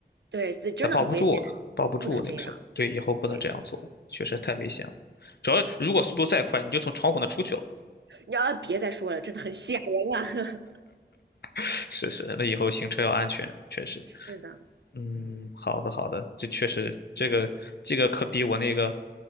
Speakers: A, on the right; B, on the left.
A: 对，这真的很危险，
B: 他抱不住，抱不住那个时候。
A: 不能这样。
B: 对，以后不能这样做，
A: 对，
B: 确实太危险了。主要如果速度再快，你就从窗户那出去了。
A: 你要别再说了，真的很吓人啊。
B: <laughs> 是是，那以后行车要安全，确实。
A: <laughs> 是的，
B: 嗯，
A: 嗯，
B: 好的好的，这确实这个这个可比我那个，